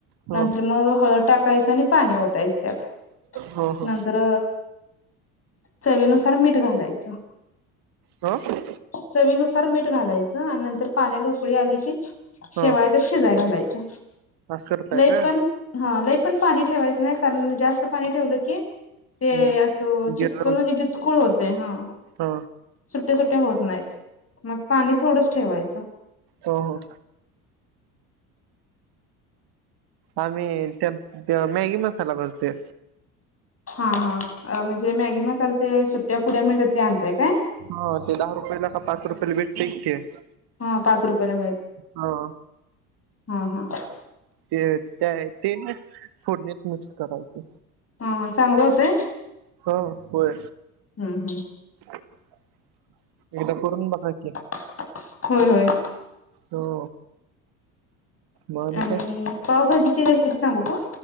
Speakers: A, on the right; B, on the left.
A: ह
B: नंतर मग हळद टाकायचं आणि पाणी ओतायच त्यात,
A: हो हो
B: नंतर चवीनुसार मीठ घालायचं.
A: हं?
B: चवीनुसार मीठ घालायचं आणि नंतर पाण्याला उकळी आली की, शेवाया
A: ह
B: शिजाय घालायच्या,
A: अस करताय
B: लय
A: का
B: पण हा लय पण पाणी ठेवायचं नाही कारण जास्त पाणी ठेवलं की,
A: हम्म
B: ते असं चिकन
A: गेलो
B: म्हणजे गिचकूळ होते हा.
A: ह
B: सुटया सुट्या होत नाहीत, मग पाणी थोडंच ठेवायचं.
A: हो हो. आम्ही त्यात मॅगी मसाला घालतोय.
B: हा हा म्हणजे मॅगी मसाला ते सुट्ट्या पुड्या येत्यात ते आणताय काय?
A: हो, ते दहा रुपयाला का पाच रुपयाला भेटतय तेेच,
B: हा पाच रुपयाला
A: हा.
B: हं हं.
A: ते त्या ते ना फोडणीत मिक्स करायचं.
B: हा चांगलं होतय?
A: हो होय
B: हम्म हम्म
A: एकदा करूंन बघा कि.
B: <unintelligible> होय होय.
A: हो. मग
B: आणि
A: काय
B: पावभाजीची रेसिपी सांगू का?